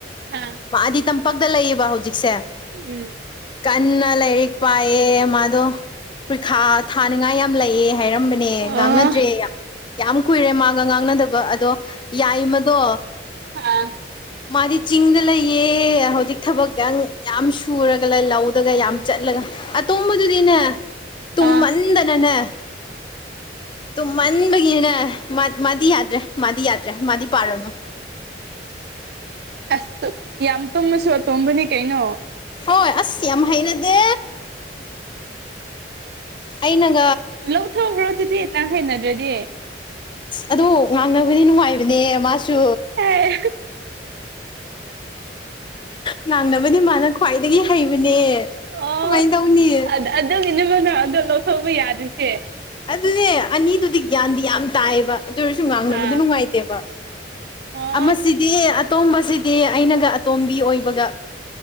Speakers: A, on the right (about 65°); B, on the left (about 30°).
A: ꯑꯥ
B: ꯃꯥꯗꯤ ꯇꯝꯄꯥꯛꯛꯇ ꯂꯩꯌꯦꯕ ꯍꯧꯖꯤꯛꯁꯦ
A: ꯎꯝ
B: ꯀꯟꯅ ꯂꯥꯏꯔꯤꯛ ꯄꯥꯏꯌꯦ ꯃꯥꯗꯣ ꯄ꯭ꯔꯤꯈꯥ ꯊꯥꯅꯤꯡꯉꯥꯏ ꯌꯥꯝ ꯂꯩꯑ ꯍꯥꯏꯔꯝꯕꯅꯦ ꯉꯥꯡꯅꯗ꯭ꯔꯦ
A: ꯑꯣ
B: ꯌꯥꯝ ꯀꯨꯏꯔꯦ ꯃꯥꯒ ꯉꯥꯡꯅꯗꯕ ꯑꯗꯣ ꯌꯥꯏꯃꯗꯣ
A: ꯑꯥ
B: ꯃꯥꯗꯤ ꯆꯤꯡꯗ ꯂꯩꯌꯦ ꯍꯧꯖꯤꯛ ꯊꯕꯛꯪ ꯌꯥꯝ ꯁꯨꯔꯒ ꯂꯩ ꯂꯧꯗꯒ ꯌꯥꯝ ꯆꯠꯂꯒ ꯑꯇꯣꯝꯕꯗꯨꯗꯤꯅꯦ
A: ꯑꯣ
B: ꯇꯨꯝꯃꯟꯗꯅꯅꯦ
A: ꯑꯥ
B: ꯇꯨꯝꯃꯟꯕꯒꯤꯅꯦ ꯃꯥꯗꯤ ꯌꯥꯗ꯭ꯔꯦ ꯃꯥꯗꯤ ꯌꯥꯗ꯭ꯔꯦ ꯃꯥꯗꯤ ꯄꯥꯔꯅꯨ
A: ꯑꯁ ꯌꯥꯝ ꯇꯨꯝꯃꯁꯨ ꯑꯇꯣꯝꯕꯅꯤ ꯀꯩꯅꯣ
B: ꯍꯣꯏ ꯑꯁ ꯌꯥꯝ ꯍꯩꯅꯗꯦ ꯑꯩꯅ
A: ꯂꯧꯊꯣꯛꯈ꯭ꯔꯣ ꯑꯗꯨꯗꯤ ꯅꯪ ꯍꯩꯅꯗ꯭ꯔꯗꯤ
B: ꯑ ꯑꯗꯣ ꯉꯥꯡꯅꯕꯗꯤ ꯅꯨꯡꯉꯥꯏꯕꯅꯦ ꯃꯥꯁꯨ
A: ꯑꯦ
B: ꯉꯥꯡꯅꯕꯅꯤ ꯃꯥꯅ ꯈ꯭ꯋꯥꯏꯗꯒꯤ ꯍꯩꯕꯅꯦ
A: ꯑꯣ
B: ꯀꯃꯥꯏ ꯇꯧꯅꯤ
A: ꯑꯗꯨꯒꯤꯅꯦꯕꯅ ꯑꯗꯣ ꯂꯧꯊꯣꯛꯧꯕ ꯌꯥꯗ꯭ꯔꯤꯁꯦ
B: ꯑꯗꯨꯅꯦ ꯑꯅꯤꯗꯨꯗꯤ ꯒ꯭ꯌꯥꯟꯗꯤ ꯌꯥꯝ ꯇꯥꯏꯕ ꯑꯗꯨ ꯑꯣꯏꯔꯁꯨ ꯉꯥꯡꯅꯕꯗꯨ
A: ꯑꯥ
B: ꯅꯨꯡꯉꯥꯏꯇꯦꯕ
A: ꯑꯣ
B: ꯑꯃꯁꯤꯗꯤ ꯑꯇꯣꯝꯕꯁꯤꯗꯤ ꯑꯩꯅꯒ ꯑꯇꯣꯝꯕꯤ ꯑꯣꯏꯕꯒ